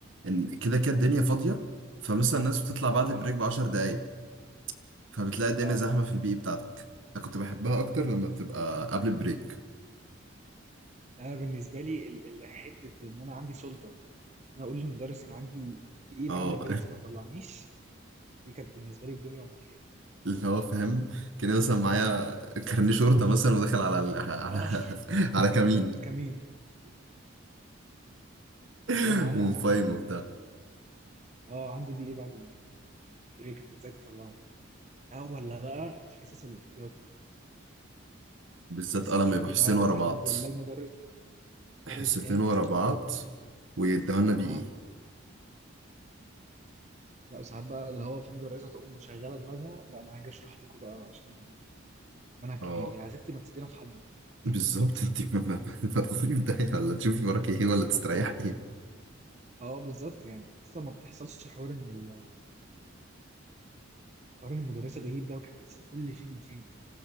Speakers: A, on the right (about 70°); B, on the right (about 35°).
A: ان كده كده الدنيا فاضيه فمثلا الناس بتطلع بعد
B: اه
A: البريك ب 10 دقايق فبتلاقي الدنيا
B: اه
A: زحمه
B: اه
A: في البي بتاعتك انا كنت بحبها اكتر لما بتبقى قبل البريك
B: انا بالنسبه لي ال- ال- حته ان انا عندي سلطه ان انا اقول للمدرس انا عندي بي اي
A: اه
B: بعد البريك فما يطلعنيش دي كانت بالنسبه لي الدنيا وما فيها
A: <laughs> اللي هو فاهم كان مثلا معايا كارنيه شرطه مثلا ودخل على ال... على
B: اه
A: <laughs> على كمين
B: كمين
A: <laughs>
B: اللي هو انا عن-
A: ومفايم
B: أنا عندي يعني
A: وبتاع
B: اه عندي دي ايه بعد البريك انت ازاي تطلعنا لا ولا بقى الحصص الاحتياطي
A: بالذات
B: حصص
A: قلم
B: احتياطي
A: يبقى حصتين
B: بقى
A: ورا
B: والحمد
A: بعض
B: لله المدرس
A: حصتين
B: مدرس غاب
A: ورا بعض ويدهولنا
B: اه
A: بإيه
B: لا ساعات بقى اللي هو في مدرسه تقوم مشغله دماغها لا انا هاجي اشرح لكم بقى عشان منهج
A: اه
B: كبير يعني يا ستي ما تسيبينا في حالنا
A: بالظبط <laughs> انت ما, ما, ما تدخلي في داهية ولا تشوفي وراك ايه ولا تستريحي
B: اصلا اه بالظبط يعني اصلا ما بتحصلش حوار ان ال- حوار ان المدرسه تغيب ده وكان بيحصل كل فين وفين